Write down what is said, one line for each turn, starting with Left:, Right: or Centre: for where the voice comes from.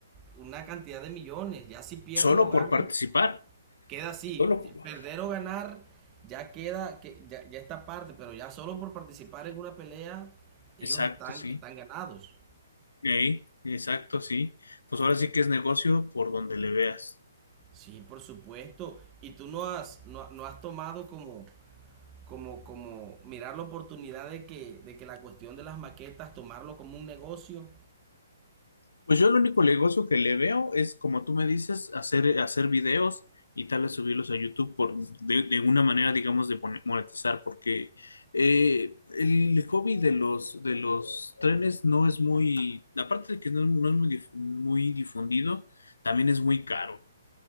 Right: una cantidad de millones. Ya si pierden
Left: solo
Right: o ganan
Left: por participar,
Right: queda así,
Left: solo por...
Right: perder o ganar, ya queda, que, ya, ya está aparte, pero ya solo por participar en una pelea, ellos
Left: Exacto,
Right: están,
Left: sí.
Right: están ganados.
Left: Ey, exacto, sí. Pues ahora sí que es negocio por donde le veas.
Right: Sí, por supuesto. Y tú no has, no, no has tomado como, como, como mirar la oportunidad de que, de que la cuestión de las maquetas, tomarlo como un negocio.
Left: Pues yo el único negocio que le veo es, como tú me dices, hacer, hacer videos y tal vez subirlos a YouTube por, de, de una manera, digamos, de mon- monetizar, porque eh, el hobby de los, de los trenes no es muy, aparte de que no, no es muy, dif- muy difundido, también es muy caro.